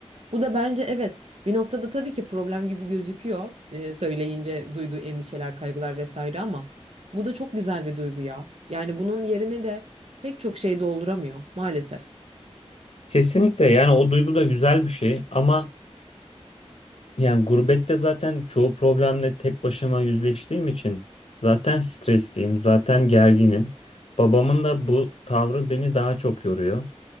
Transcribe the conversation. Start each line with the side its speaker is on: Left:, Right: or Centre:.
Right: Bu da bence evet bir noktada tabii ki problem gibi gözüküyor e, söyleyince duyduğu endişeler, kaygılar vesaire ama bu da çok güzel bir duygu ya. Yani bunun yerini de pek çok şey dolduramıyor maalesef.
Left: Kesinlikle yani o duygu da güzel bir şey ama yani gurbette zaten çoğu problemle tek başıma yüzleştiğim için zaten stresliyim, zaten gerginim. Babamın da bu tavrı beni daha çok yoruyor.